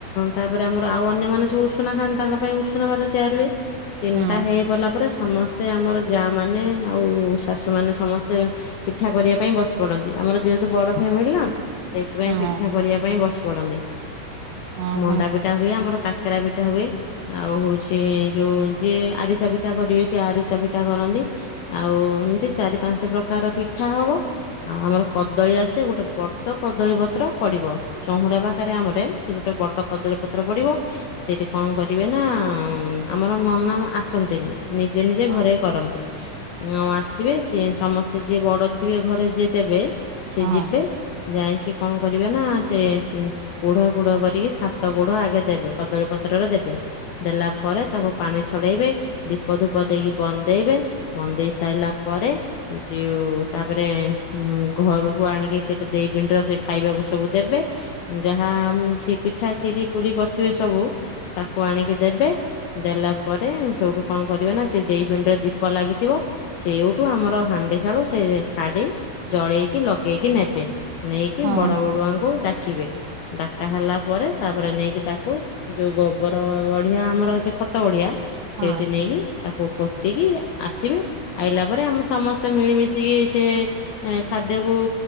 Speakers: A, on the left; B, on the right.
A: ତାପରେ ଆମର ଆଉ ଅନ୍ୟମାନେ ସବୁ ଉଷୁନା ଖାନ୍ତି ତାଙ୍କ ପାଇଁ ଉଷୁନା ଭାତ ତିଆରି ହୁଏ। ତିନିଟା
B: ହଁ
A: ହେଇବଲା ପରେ ସମସ୍ତେ ଆମର ଯା ମାନେ ଆଉ ଶାଶୁ ମାନେ ସମସ୍ତେ ପିଠା କରିବା ପାଇଁ ବସି ପଡନ୍ତି ଆମର ଯେହେତୁ ବଡ ଫ୍ୟାମିଲି ନା? ସେଇଥିପାଇଁ
B: ହଁ
A: ପିଠା
B: ହଁ
A: କରିବା ପାଇଁ ବସି ପଡନ୍ତି।
B: ହଁ
A: ମଣ୍ଡା
B: ହଁ।
A: ପିଠା ହୁଏ ଆମର କାକେରା ପିଠା ହୁଏ। ଆଉ ହଉଚି ଯୋଉ ଯିଏ ଆରିସା ପିଠା କରିବେ ସିଏ ଆରିସା ପିଠା କରନ୍ତି। ଆଉ ଏମିତି ଚାରି ପାଞ୍ଚ ପ୍ରକାର ପିଠା ହବ ଆଉ ଆମର କଦଳୀ ଆସେ ଗୋଟେ ବଡ ଵଡ କଦଳୀ ପତ୍ର ପଡିବ, ଚଉୁରା ପାଖରେ ଆମରେ ସେ ଗୋଟେ ବଡ କଦଳୀ ପତ୍ର ପଡିବ। ସେଠି କଂ କରିବେ ନା ଆମର ନନା ମ ଆସନ୍ତିନି। ନିଜେ ନିଜେ
B: ହଁ
A: ଘରେ କରନ୍ତି। ଆଉ ଆସିବେ ସେ ସମସ୍ତେ ତେ ଯିଏ ବଡ ଥିବେ ଘରେ ଯିଏ ଦେବେ ସିଏ
B: ହଁ
A: ଯିବେ ଯାଇଙ୍କି କଣ କରିବେ ନା ସେ ସି ପୁଢ ପୁଢ କରିକି ସାତ ପୁଢ଼ ଆଗେ ଦେବେ କଦଳୀ ପତ୍ରରେ ଦେବେ। ଦେଲା ପରେ ତାକୁ ପାଣି ଛଡେଇବେ ଦୀପ ଧୂପ ଦେଇକି ବନ୍ଦେଇବେ। ବନ୍ଦେଇ ସାଇଲା ପରେ ଯିଉ ତାପରେ ଉ ଘରକୁ ଆଣିକି ସେ ଦେଇ ପିଣ୍ଡି ସେ ଖାଇବାକୁ ସବୁ ଦେବେ ଯାହା ଆମ ପିଠା ଖିରି ପୁରୀ କରିଥିବେ ସବୁ ତାକୁ ଆଣିକି ଦେବେ। ଦେଲା ପରେ ସେଉଠୁ କଣ କରିବେ ନା ସେଇ ଦେଇ ପିଣ୍ଡିରେ ଦୀପ ଲାଗିଥିବ। ସେଇଠୁ ଆମର ହାଣ୍ଡି ଶାଳୁ ସେ ଖାଡି ଜଳେଇକି ଲଗେଇକି ନେବେ। ନେଇକି
B: ହଁ
A: ବଡ ବଡୁଆଙ୍କୁ ଡାକିବେ ଡାକା ହେଲା ପରେ ତାପରେ ନେଇକି ତାକୁ ଯୋଉ ଗୋବର ଗଢିଆ ଆମର ଅଛି ଖତ ଗଢିଆ ସେଇଠି
B: ହଁ
A: ନେଇକି ତାକୁ ପୋତିକି ଆସିବେ। ଆଇଲା ପରେ ଆମେ ସମସ୍ତେ ମିଳିମିଶିକି ସେ ଖାଦ୍ୟକୁ